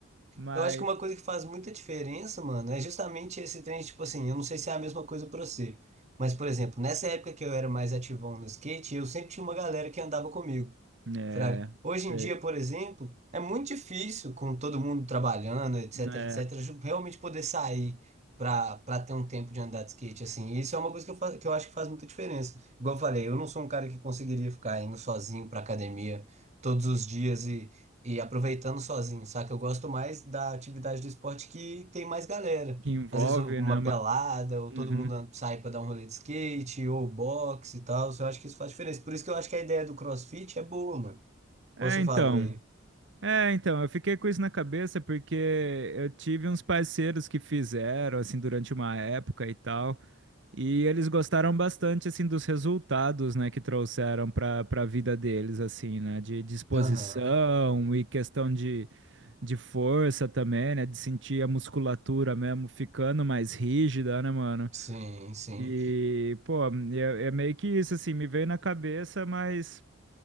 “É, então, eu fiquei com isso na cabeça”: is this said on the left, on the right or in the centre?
Right